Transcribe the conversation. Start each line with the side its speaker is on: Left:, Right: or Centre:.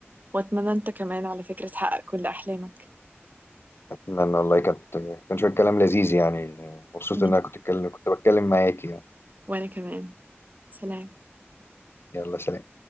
Right: واتمنى انت كمان على فكرة تحقق كل احلامك
Left: اتمنى والله كانت كان شويه كلام لذيذ يعني مبسوط
Right: مهم.
Left: ان انا كنت اتكلم كنت بتكلم معاكي يعني
Right: وانا كمان سلام
Left: يلا سلام